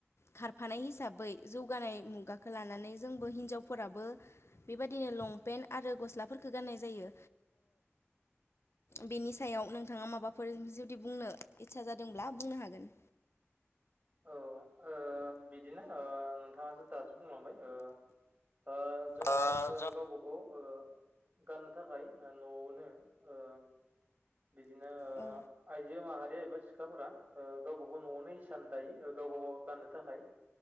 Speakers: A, on the left; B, on the right.
A: खारफानाय हिसाबै जौगानाय मुगा लानानै जोंबो हिन्जावफोराबो बेबायदिनो लं पेन्ट आरो गस्लाफोरफोरखौ गाननाय जायो। बेनि सायाव नोंथाङा माबाफोर जुदि बुंनो इस्सा जादोंब्ला बुंनो हागोन
B: औ ओ बिदिनो ओ नोंथाङा दासो बुंलांबाय ओ ओ जोंहा
A: औ
B: गावबा गाव ओ गाननो थाखाय न'आवनो ओ बिदिनो
A: औ
B: आइजो माहारिया एबा सिख्लाफोरा ओ गावबा गाव न'आवनो इसान दायो। गाव गाव गाननो थाखाय